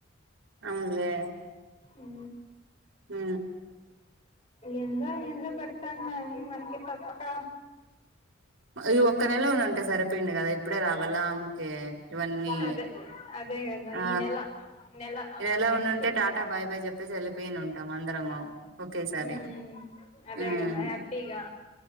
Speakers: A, on the right; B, on the left.
A: అవునులే
B: ఊ.
A: హూ.
B: ఎందో ఎందో పడతాన్నాయి మనకి తప్పక.
A: ఈ ఒక్క నెల ఉ ఉంటాయి సరే పిండి కదా ఇప్పుడే రావాల ఆమెకి ఇవన్నీ.
B: అదే. అదే కదా
A: ఆ
B: ఈ నెల నెల ఆ
A: ఈ
B: నెక్స్ట్.
A: ఉండుంటే టాటా బాయ్ బయ్ చెప్పేసి వెళ్ళలిపోయిను ఉంటాం అందరము. ఒకేసారి
B: ఊ అదే
A: ఉమ్
B: గదా హ్యాపీగా.